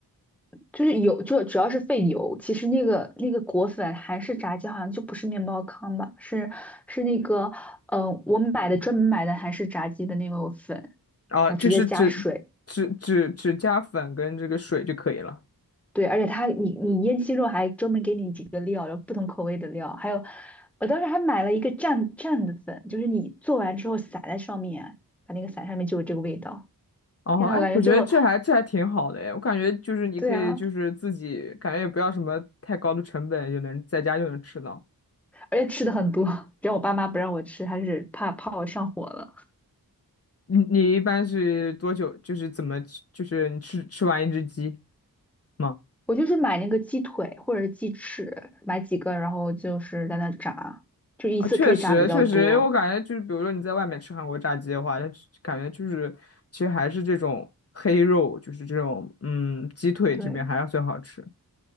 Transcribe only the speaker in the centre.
就是油，就主要是费油。其实那个那个裹粉韩式炸鸡好像就不是面包糠吧，是是那个嗯，我买的专门买的韩式炸鸡的那个粉，
然后直接加水。
对，而且它你你腌鸡肉还专门给你几个料，然后不同口味的料，还有我当时还买了一个蘸蘸的粉，就是你做完之后撒在上面，把那个撒上面就有这个味道。
天呐，
我感觉就
对啊，而且吃的很多，<laughs> 只要我爸妈不让我吃，还是怕怕我上火了。
我就是买那个鸡腿或者是鸡翅，买几个，然后就是在那炸，就一次可以炸比较多。
对